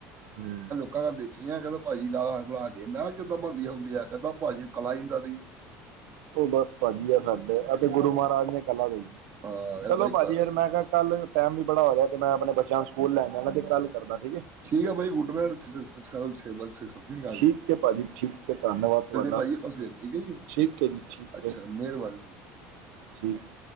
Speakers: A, on the right; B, on the right.
A: ਹਮ।
B: ਕਹਿੰਦਾ ਦੇਖੀਆਂ, ਕਹਿੰਦਾ ਭਾਜੀ ਲਾਲਾ ਬਣਾ ਕੇ‌ ਮੈਂ ਕਿਹਾ ਕਿੱਦਾਂ ਬਣਦੀ ਹੁੰਦੀ ਆ ਕਹਿੰਦਾ ਭਾਜੀ ਕਲਾ ਹੀ ਇੰਦਾ ਦੀ ਏ।
A: ਉਹ ਬੱਸ ਭਾਜੀ ਆ ਸਾਡੇ ਅਤੇ ਗੁਰੂ ਮਹਾਰਾਜ ਨੇ ਕਲਾ ਦੇਣੀ ਏ
B: ਹਾਂ ਕਹਿੰਦਾ
A: ਚਲੋ
B: ਭਾਈ
A: ਭਾਜੀ
B: ਕ-
A: ਮੈਂ ਕਿਹਾ ਕੱਲ੍ਹ ਟਾਈਮ ਵੀ ਬੜਾ ਹੋ ਰਿਹਾ 'ਤੇ ਮੈਂ ਆਪਣੇ ਬੱਚਿਆਂ ਨੂੰ ਸਕੂਲ ਲੈਣ ਜਾਂਦਾ 'ਤੇ ਕੱਲ੍ਹ ਕਰਦਾ ਠੀਕ ਐ।
B: ਠੀਕ ਆ ਬਾਈ ਗੁੱਡ ਨਾਈਟ ਛੇੇੇ ' <unintelligible> ' ਸੱਸੀ੍ ਕਾਲ।
A: ਠੀਕ ਐ ਭਾਜੀ, ਠੀਕ ਐ, ਧੰਨਵਾਦ ਤੁਹਾਡਾ
B: ਭਾਜੀ ਆਪਾਂ ਸਵੇਰ ਠੀਕ ਹੈ ਜੀ
A: ਠੀਕ ਐ ਜੀ, ਠੀਕ
B: ਅੱਛਾ
A: ਐ। '
B: ਮਿਹਰਬਾਨੀ ਜੀ
A: <inaudible> ' ਠੀਕ।